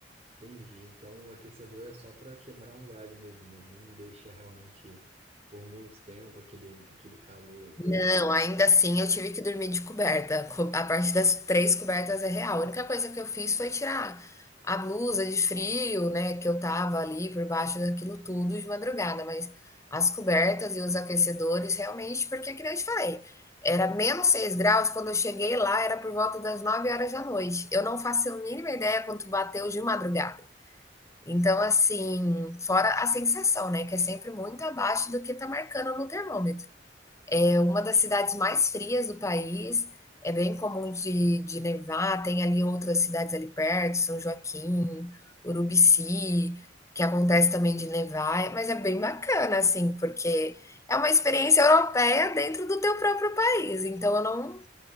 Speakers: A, on the right; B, on the left.
A: Entendi. Então o aquecedor é só para quebrar um galho mesmo, né? Ele não deixa realmente por muito tempo aquele, aquele calor.
B: Não, ainda assim eu tive que dormir de coberta. Co- A parte das três cobertas é real. A única coisa que eu fiz foi tirar a blusa de frio, né, que eu tava ali por baixo daquilo tudo de madrugada, mas as cobertas e os aquecedores realmente, porque que nem eu te falei, era menos 6 graus, quando eu cheguei lá era por volta das 9 horas da noite. Eu não faço a mínima ideia quanto bateu de madrugada. Então, assim, fora a sensação, né, que é sempre muito abaixo do que tá marcando no termômetro. É uma das cidades mais frias do país, é bem comum de, de nevar, tem ali outras cidades ali perto, São Joaquim, Urubici, que acontece também de nevar, é, mas é bem bacana, assim, porque é uma experiência europeia dentro do teu próprio país, então eu não,